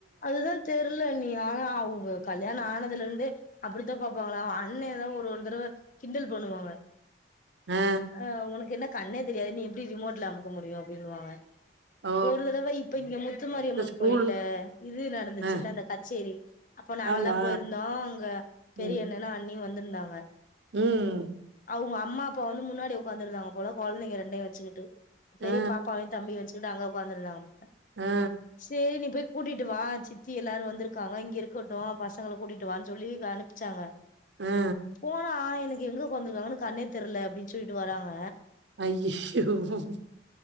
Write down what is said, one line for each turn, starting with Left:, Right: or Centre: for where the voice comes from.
Left: அதுதா தெர்ல நீ ஆனா அவங்க கல்யாணோ ஆனதுலருந்தே அப்படித்தா பார்ப்பாங்களா அவ அண்ணெ எதோ ஒரு தடவ கிண்டல் பண்ணுவாங்க
Right: ஆ
Left: ஆ உனக்கு என்ன கண்ணே தெரியாது நீ எப்டி ரிமோட்ல அமுக்க முடியு அப்டின்னுவாங்க
Right: ஓ
Left: ஒரு தடவ இப்ப இங்க முத்துமாரியம்மன்
Right: இந்த ஸ்கூல்
Left: கோயில்ல இது நடந்துச்சுல
Right: ஆ
Left: அந்த கச்சேரி அப்ப நாங்கல்லா
Right: ஆமா
Left: போயிருந்தோ அங்க பெரிய
Right: ம்
Left: என்னன்னா அன் நீ வந்திருந்தாங்க
Right: ம்
Left: அவுங்க அம்மா அப்பா வந்து முன்னாடி உட்காந்துருதாங்க போல கொழந்தைங்க ரெண்டையு வச்சிகிட்டு பெரிய
Right: ஆ
Left: பாப்பாவையு தம்பி வச்சி ட்டு அங்க உக்காந்துதாங்க
Right: ஆ
Left: செரி நீப்பே கூடிட்டு வா சித்தி யில்லோரு வந்திருகாங்க இங்க இருகட்டு பசங்கள கூடிட்டுவான்னு சொல்லி அனுப்பிசாங்க
Right: ஆ
Left: போனா எனக் எங்க உக்காந்து யிருக்கங்கனு கண்ணேதெரில அப்டின்னு சொல்லிட்டு வராங்க
Right: ஐயி <inaudible>